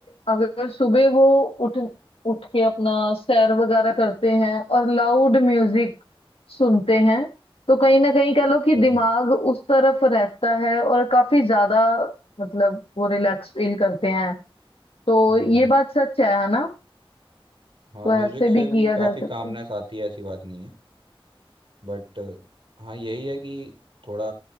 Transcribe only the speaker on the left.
अगर सुबह वो उठ उठ के अपना सैर वगैरह करते हैं और लाउड म्यूजिक सुनते हैं तो कहीं ना कहीं कह लो कि
दिमाग उस तरफ रहता है और काफी ज्यादा मतलब वो रिलैक्स फील करते हैं तो
ये
बात सच है है ना
तो
ऐसे
भी किया
जा सकता
है